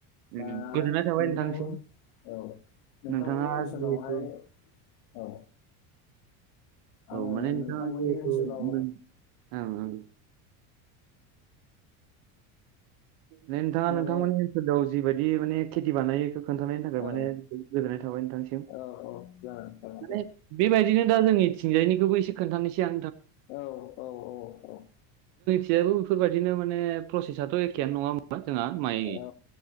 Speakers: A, on the right (about 60°); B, on the left (about 75°).
A: उम,
B: दा
A: गोजोननाय थाबाय
B: नोंथांमोन
A: नोंथांसिम
B: औ नोंथांमोननि
A: नोंथाङा
B: ओनसोलावहाय
A: जिहेथु
B: औ आङो
A: औ माने नोंथाङा
B: नोंथांमोननि
A: जिहेथु
B: ओनसोलाव
A: ओं ओं माने दे नोंथाङा
B: माने
A: नोंथांमोननि ओनसोलाव जिबायदि माने खेथि बानाय खोन्थानायनि थाखाय
B: औ
A: माने गोजोननाय थाबाय नोंथांसिम
B: औ औ जागोन जागोन
A: माने
B: दे
A: बेबायदिनो दा जोंनिथिंजायनिखौबो एसे खोन्थानिसै
B: औ औ औ
A: <unintelligible> जेबो बेफोरबायदिनो माने प्रसेसाथ' एखेयानो नङा हमबा जोंहा माइ
B: औ